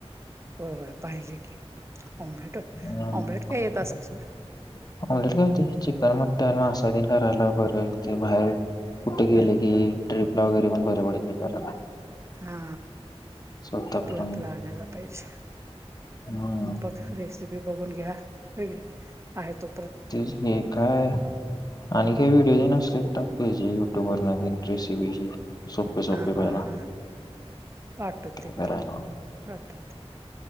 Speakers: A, on the right; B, on the left.
A: होय होय पाहिजे. की ऑम्लेट
B: हा ऑमलेट
A: ऑम्लेट काय येत असेल सोड
B: काय होतय चिकन म टन मास तेन करायला बर ते बाहेर कुठ गेले
A: ह
B: की ट्रिप ला वगैरे पण बर पडतय करायला.
A: हा
B: स्वतः
A: आपला
B: करून
A: आपला आलेला पाहिजे.
B: हम्म
A: बघ रेसिपी बघून घ्या वेगळी आहे तो
B: तेच कि काय आणि काही व्हिडिओ तेन असले तर युट्यूब वर न रेसिपीचे. सोपे सोपे
A: हा हा
B: पहिला.
A: हा पाठवते
B: काय
A: की
B: करायला
A: पाठवते.